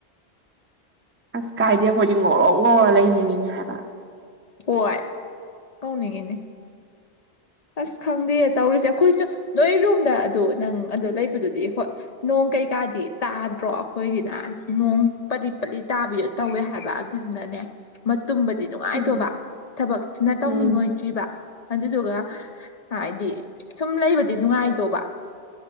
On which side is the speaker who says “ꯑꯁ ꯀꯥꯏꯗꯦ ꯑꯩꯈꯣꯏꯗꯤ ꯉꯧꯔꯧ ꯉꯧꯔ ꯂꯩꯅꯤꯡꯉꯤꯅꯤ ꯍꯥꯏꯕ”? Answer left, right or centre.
Right